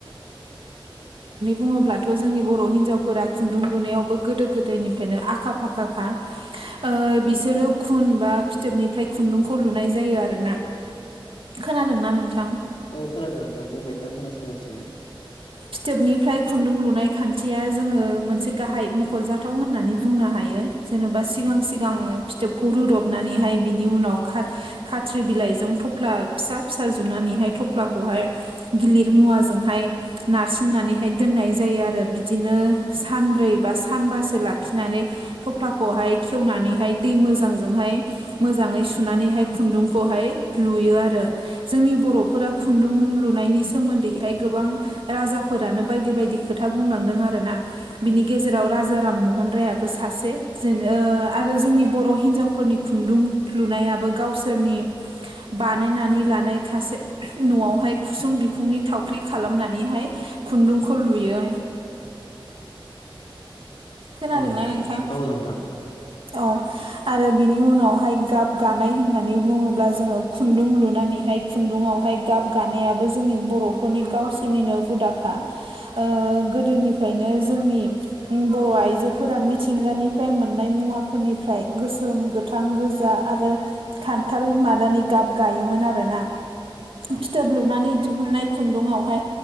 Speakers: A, on the right (about 75°); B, on the left (about 70°).
A: बुङोब्लाथ' जोंनि बर' हिन्जावफोरा खुन्दुं लुनायावबो गोदो गोदायनिफ्रायनो आखा फाखाखा । ओ बिसोरो खुन बा फिथोबनिफ्राय खुन्दुंखौ लुनाय जायो आर ना । खोनादोंना नोंथां
B: औ खोनादों नोंथां बुंबाय थां खोनासंगासिनो
A: फिथोबनिफ्राय खुन्दुं लुनाय खान्थिया जोङो मोनसे गाहाय मख'जाथाव होननानै बुंनो हायो । जेन'बा सिगां सिगां फिथोबखौ रुदबनानैहाय बिनि उनाव खाथ खाथ्रि बिलाइजों थफ्ला फिसा फिसा जुनानैहाय थफ्लाखौहाय गिलिर मुवाजोंहाय नारसिननानैहाय दोननाय जायो आरो । बिदिनो सानब्रै बा सानबासो लाखिनानै थफ्लाखौहाय खेवनानैहाय दै मोजांजोंहाय मोजाङै सुनानैहाय खुन्दुंखौहाय लुयो आरो । जोंनि बर'फोरा खुन्दुं लुनायनि सोमोन्दैहाय गोबां राजाफोरानो बायदि बायदि खोथा बुंलांदों आर ना । बिनि गेजेराव राजा राममहन रायाबो सासे जेन आरो जोंनि बर' हिनजावफोरनि खुन्दुं लुनायाबो गावसोरनि बानायनानै लानाय खसे न'आवहाय खुसुं बिखुंनि थावख्रि खालामनानैहाय खुन्दुंखौ लुयो खोनादोंना
B: औ
A: नोंथां?
B: औ नोंथां
A: औ आरो बिनि उनावहाय गाब गानाय होननानै बुङोब्ला जोङो खुन्दुं लुनानैहाय खुन्दुङआवहाय गाब गानायाबो जोंनि बर'फोरनि गावसोरनिनो हुदाखा। ओ गोदोनिफ्रायनो जोंनि बर' आइजोफोरा मिथिंगानिफ्राय मोननाय मुवाफोरनिफ्राय गोसोम गोथां गोजा आरो- खान्थाल मादानि गाब गायोमोन आरोना । फिथोब
B: औ
A: लुनानै दिहुननाय खुन्दुंआवहाय